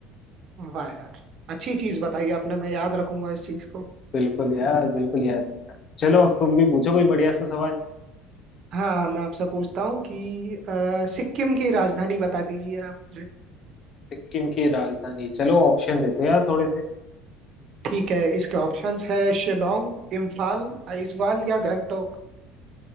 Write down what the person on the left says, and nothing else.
बिल्कुल यार बिल्कुल याद रखना चलो अब तुम भी पूछो कोई बढ़िया सा सवाल
सिक्किम की राजधानी चलो ऑप्शन देते हो यार थोड़े से